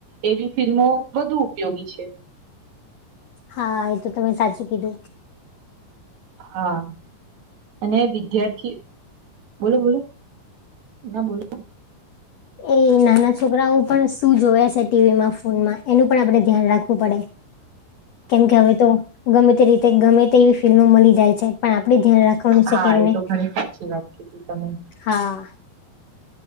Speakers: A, on the right (about 60°); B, on the left (about 80°).
A: એવી ફિલ્મો વધુ ઉપયોગી છે.
B: હા એ તો તમે સાચું કીધું.
A: હા અને વિદ્યાર્થી બોલો બોલો ના બોલો
B: એ નાના છોકરાઓ પણ શું જોવે છે ટીવી માં ફોનમાં એનું પણ આપડે ધ્યાન રાખવું પડે
A: હ <unintelligible>
B: કેમ કે હવે તો ગમે તે રીતે ગમે તે એવી ફિલ્મો મળી જાય છે. પણ આપડે ધ્યાન રાખવાનું છે,
A: હા
B: કેમને
A: એ તો ઘણી સાચી વાત કીધી તમે
B: હા